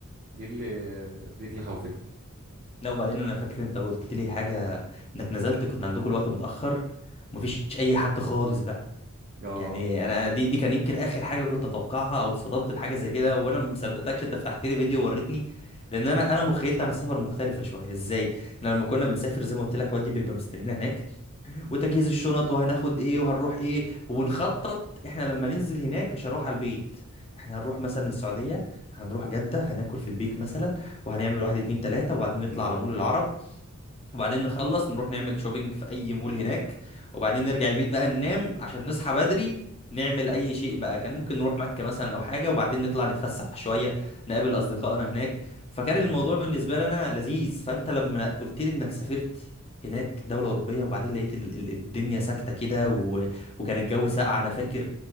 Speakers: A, on the right; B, on the left.
A: دي اللي دي اللي خوفتني
B: لا وبعدين انا فاكر انت قلت لي حاجه انك نزلت كنت عندكم الوقت متاخر ومفيش اي حد خالص بقى
A: اه
B: يعني انا أنا دي دي كان يمكن اخر حاجه كنت اتوقعها او اتصدمت بحاجه زي كده وانا ما مصدقتكش انت فتحت لي فيديو ووريتني لان انا انا مخيلتي عن السفر مختلفه شويه ازاي انا لما كنا بنسافر زي ما قلت لك والدي بيبقى مستنينا هناك وتجهيز الشنط وهناخد ايه وهنروح ايه وبنخطط احنا لما ننزل هناك مش هروح على البيت احنا هنروح مثلا السعوديه هنروح جده هناكل في البيك مثلا وهنعمل واحد اتنين تلاته وبعدين نطلع
A: امم
B: على مول العرب وبعدين نخلص نروح نعمل شوبينج في اي مول هناك وبعدين نرجع البيت بقى ننام عشان نصحى بدري نعمل اي شيء بقى كان ممكن نروح مكة مثلا او حاجة وبعدين نطلع نتفسح شوية نقابل اصدقائنا هناك فكان الموضوع
A: امم
B: بالنسبة لنا لذيذ فانت لما قلت لي انك سافرت هناك دولة أوروبية وبعدين لقيت ال- ال- الدنيا ساكتة كده و... وكان الجو ساقع أنا فاكر